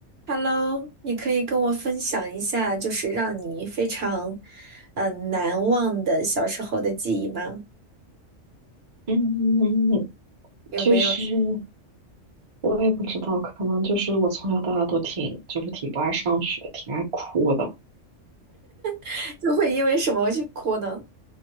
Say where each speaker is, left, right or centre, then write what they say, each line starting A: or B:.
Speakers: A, on the right (about 55°); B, on the right (about 35°).
A: Hello，你可以跟我分享一下，就是让你非常，呃，难忘的小时候的记忆吗？
B: 嗯，
A: 有没有
B: 就是我也不知道，可能就是我从小到大都挺，就是挺不爱上学，挺爱哭的。
A: <laughs> 就会因为什么去哭呢？